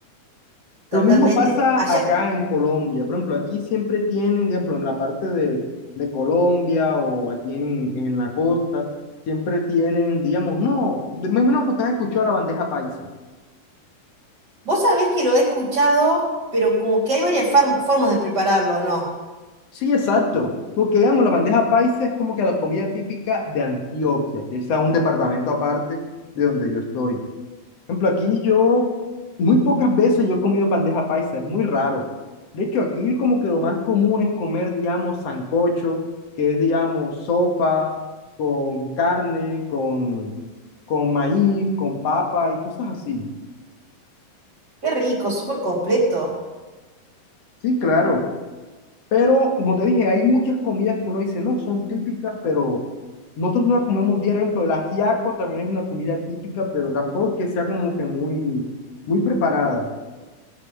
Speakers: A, on the right (about 30°); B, on the left (about 50°).
A: totalmente.
B: Lo mismo pasa
A: Allá
B: acá en Colombia. Por ejemplo, aquí siempre tienen, por ejemplo, en la parte de, de Colombia o aquí en, en la costa, siempre tienen, digamos, no, de- me imagino que usted escuchó la bandeja paisa.
A: Vos sabés que lo he escuchado, pero como que hay varias far- formas de prepararlo, ¿no?
B: Sí, exacto. Porque, digamos, la bandeja paisa es como que la comida típica de Antioquia, que es a un departamento aparte de donde yo estoy. ejemplo, aquí yo, muy pocas veces yo he comido bandeja paisa, es muy raro. De hecho, aquí como que lo más común es comer, digamos, sancocho, que es, digamos, sopa con carne, con, con maíz, con papa y cosas así.
A: Qué rico, súper completo.
B: Sí, claro. Pero, como te dije, hay muchas comidas que uno dice, no, son típicas, pero nosotros no las comemos diario. Por ejemplo, el ajiaco también es una comida típica, pero tampoco que sea como que muy, muy preparada.